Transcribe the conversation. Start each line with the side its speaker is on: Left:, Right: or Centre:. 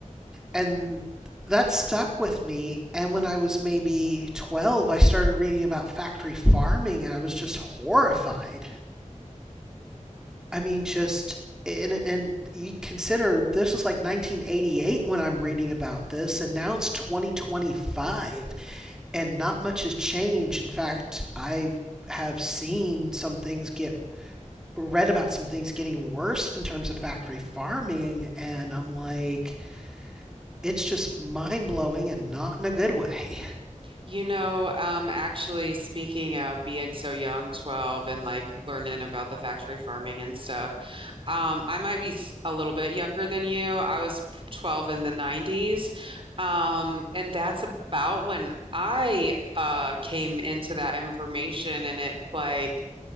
Centre: and that stuck with me. And when I was maybe 12, I started reading about factory farming and I was just horrified. I mean, just and and you consider this was like 1988 when I'm reading about this, and now it's 2025. and not much has changed. In fact, I have seen some things get read about some things getting worse in terms of factory farming and I'm like it's just mind-blowing and not in a good way.
Right: You know, um, actually speaking of being so young, 12, and like learning about the factory farming and stuff, um, I might be s- a little bit younger than you. I was p- 12 in the 90s. Um, and that's about when I uh came into that information and it like